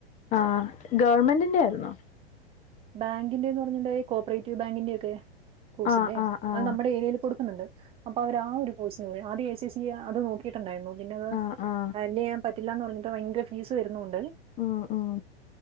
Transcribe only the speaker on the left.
ആഹ് ഗവൺമെന്റിന്റെ ആയിരുന്നോ
ആ ആ
ആ
ആ ആ
ഉം ഉം